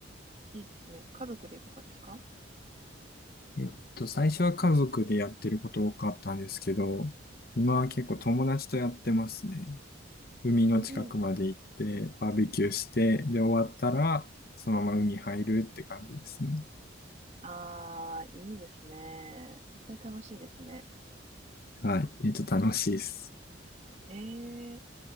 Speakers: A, on the right (about 35°); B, on the left (about 50°).
A: いいですね。家族でとかですか
B: えっと、最初は家族でやってること多かったんですけど、今は結構友達とやってますね。海の近くまで行って、
A: うん
B: バーベキューして、で、終わったら、そのまま海入るって感じですね。
A: ああ、いいですね。絶対楽しいですね。
B: はい。えっと、楽しいです。
A: ええ、